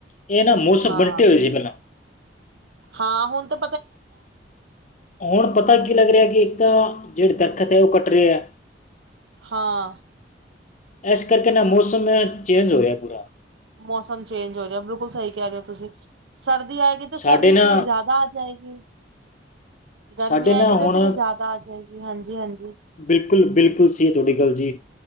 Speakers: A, on the left; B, on the right.
A: ਇਹ ਨਾ ਮੌਸਮ
B: ਹਾਂ
A: ਬੰਟੇ ਹੋਏ ਸੀ ਪਹਿਲਾਂ।
B: ਹਾਂ ਹੁਣ ਤਾਂ
A: ਹੁਣ ਪਤਾ ਕੀ ਲੱਗ ਰਿਹਾ ਕਿ ਇੱਕ ਤਾਂ, ਜਿਹੜੇ ਦੱਖਤ ਹੈ ਉਹ ਕੱਟ ਰਹੇ ਹੈ।
B: ਹਾਂ।
A: ਇਸ ਕਰਕੇ ਨਾ ਮੌਸਮ ਚੇਂਜ ਹੋ ਰਿਹਾ ਪੂਰਾ।
B: ਮੌਸਮ ਚੇਂਜ ਹੋ ਰਿਹਾ ਬਿਲਕੁਲ ਸਹੀ ਕਹਿ ਰਹੇ ਹੋ ਤੁਸੀਂ। ਸਰਦੀ ਆਏਗੀ ਤਾਂ ਸਰਦੀ
A: ਸਾਡੇ
B: ਇਤਨੀ
A: ਨਾ
B: ਜ਼ਿਆਦਾ ਆ ਜਾਏਗੀ। ਗਰਮੀ
A: ਸਾਡੇ
B: ਆਏਗੀ
A: ਨਾ
B: ਤੇ
A: ਹੁਣ,
B: ਇਤਨੀ ਜ਼ਿਆਦਾ ਆ ਜਾਏਗੀ ਹਾਂਜੀ ਹਾਂਜੀ
A: ਬਿਲਕੁਲ-ਬਿਲਕੁਲ ਸਹੀ ਹੈ ਤੁਹਾਡੀ ਗੱਲ ਜੀ।